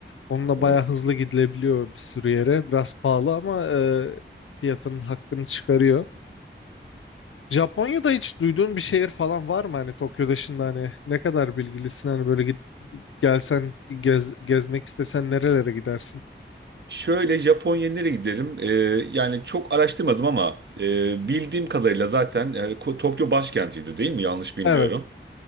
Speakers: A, on the left; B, on the right.
A: Onunla
B: Evet.
A: bayağı hızlı gidilebiliyor bir sürü yere. Biraz pahalı ama eee, fiyatının hakkını çıkarıyor. Japonya'da hiç duyduğun bir şehir falan var mı? Hani Tokyo dışında hani ne kadar bilgilisin? Hani böyle git, gelsen gez, gezmek istesen nerelere gidersin?
B: Şöyle Japonya'ya nereye gidelim? Ee, yani çok araştırmadım ama e, bildiğim kadarıyla zaten e, Ko- Tokyo başkentiydi değil mi? Yanlış bilmiyorum.
A: Evet,